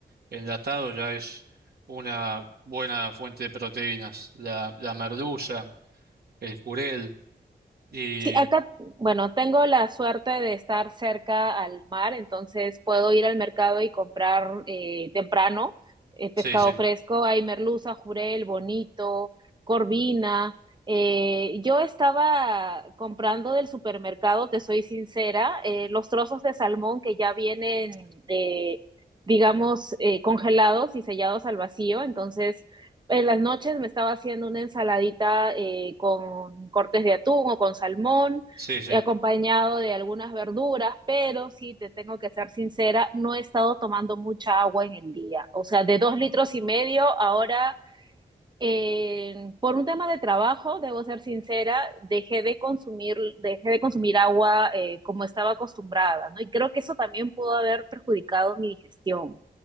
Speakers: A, on the right; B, on the right.
A: enlatado ya es una buena fuente de proteínas. La, la merluza, el jurel y...
B: Sí, acá, bueno, tengo la suerte de estar cerca al mar, entonces puedo ir al mercado y comprar eh, temprano eh, pescado
A: Sí, sí,
B: fresco. Hay merluza, jurel, bonito, corvina. Eh, yo estaba comprando del supermercado, te soy sincera, eh, los trozos de salmón que ya vienen, eh, digamos, eh, congelados y sellados al vacío, entonces en las noches me estaba haciendo una ensaladita eh, con cortes de atún o con salmón,
A: sí, sí.
B: acompañado de algunas verduras, pero sí, te tengo que ser sincera, no he estado tomando mucha agua en el día. O sea, de dos litros y medio, ahora, eh, por un tema de trabajo, debo ser sincera, dejé de consumir, dejé de consumir agua eh, como estaba acostumbrada, ¿no? Y creo que eso también pudo haber perjudicado mi digestión.